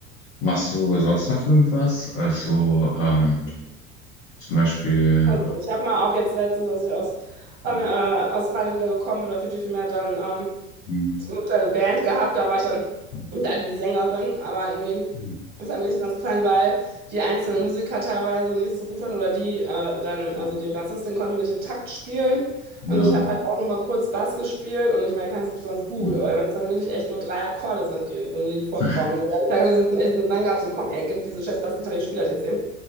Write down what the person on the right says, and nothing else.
Also ich habe mal auch jetzt letztens, als ich aus ähm,
äh, Australien wieder gekommen bin, oder Fiji vielmehr, dann ähm,
so eine kleine Band gehabt, da war ich dann
da die Sängerin, aber irgendwie,
das hat mir nicht so ganz gefallen, weil die einzelnen
Musiker teilweise nicht so gut waren oder die äh, dann,
also die Bassistin konnte nicht im Takt spielen
und ich habe halt auch nur mal kurz Bass gespielt und ich meine, ich kann es nicht besonders gut,
aber wenn es dann wirklich echt nur drei Akkorde sind, die in diesem Lied vorkommen,
ne, da habe ich da echt dran gehabt, so komm, ey, gib diese scheiß Bassgitarre, ich spiele das jetzt eben